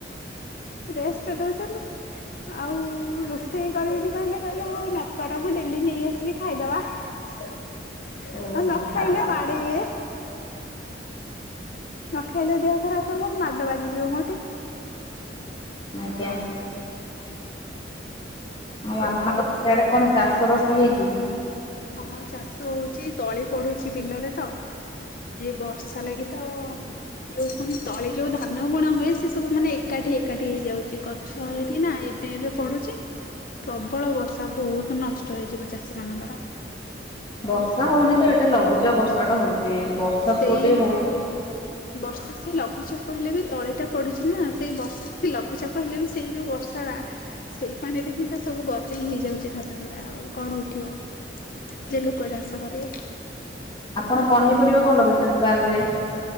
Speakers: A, on the left; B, on the left.
A: ରେଷ୍ଟ ଦଉଚନ୍ତି, ଆଉ ରୋ ଷେଇ କରିବିନି କହିଲେ କହିବେ ହଁ ହଉ ନକର ମୁଁ ଡେଲି ନେଇ ଆସିବି ଖାଇଦବା। ଆଉ
B: ଓହୋ
A: ନ ଖାଇଲେ
B: ଆଚ୍ଛା
A: ବାଡେଇବେ। ନ ଖାଇଲେ ଦେହ ଖରାପ ହବ ମାଡ ବାଜିଯିବ ମୋଠି।
B: ଆଜ୍ଞା। ଆଉ ଆପଣଙ୍କର
A: କଣ କରିବା।
B: ସେଆଡେ କଣ ଚାଷ ବାସ ହେଇଚି?
A: ହଁ ଚାଷ ହଉଛି, ତଳି ପଡୁଛି ବିଲରେ ତ। ଯେ ବର୍ଷା ଲାଗି ତ ଯୋଉ କଣ ତଳେ ଯୋଉ ଧାନ ବୁଣା ହୁଏ ସେ ସବୁ ମାନେ ଏକାଠି ହେଇ ଏକାଠି ହେଇଯାଉଛି ଗଛ ଏଇଠି ନା ଏବେ ଏବେ ପଡୁଛି। ପ୍ରବଳ ବର୍ଷା ବହୁତ ନଷ୍ଟ ହେଇଯିବ ଚାଷୀ ମାନଙ୍କର।
B: ବର୍ଷା ହଉନି ତ ଏଇଟା ଲଘୁଚାପ ବର୍ଷା ଟା ହଉଛି ବର୍ଷା
A: ସେଇ
B: ପୁ ଟିକେ ହଉଛି।
A: ବର୍ଷା ସେ ଲଘୁଚାପ ହେଲେ ବି ତଳି ଟା ପଡିଛି ନା ସେଇ ବର୍ଷା ଲଘୁଚାପ ହେଲେ ବି ସେଇ ଯୋଉ ବର୍ଷା ବା। ସେଇ ପାଣିରେ ହିଁ ତ ସବୁ ଗଦେଇ ହେଇଯାଉଛି ଧାନ ଗୁଡା, ଆଉ କଣ ଉଠିବ। କେତେ ଲୋକ ଚାଷ କରିବେ।
B: ଆପଣ ପନିପରିବା କଣ ଲଗେଇଛନ୍ତି? ବାରିରେ